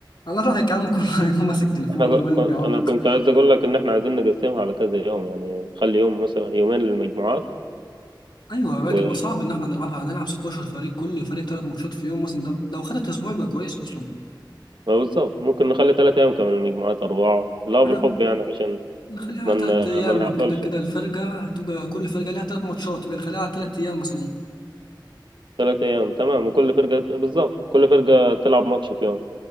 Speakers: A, on the left; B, on the right.
A: على رايك يا عم كله <laughs> هيكون ماسك تليفونه
B: احنا ك...
A: واللي
B: ك-
A: بيعلق
B: انا كنت عايز اقول لك ان احنا عايزين نقسمها على كذا يوم يعني نخلي يوم مثلا يومين للمجموعات
A: ايوه يا راجل
B: و
A: ما صعب ان احنا نلعبها هنلعب 16 فريق كل فريق ثلاث ماتشات في يوم مثلا ده لو خدت اسبوع يبقى كويس اصلا
B: ما بالظبط ممكن نخلي ثلاث ايام كمان المجموعات اربعه لا بالحب
A: احنا
B: يعني عشان
A: نخليها على
B: ما ن-
A: ثلاث ايام
B: ما نعطلش
A: كده كده الفرقه هتبقى كل فرقه ليها ثلاث ماتشات بنخليها على ثلاث ايام مثلا
B: ثلاث ايام تمام وكل فرقه بالظبط كل فرقه تلعب ماتش في يوم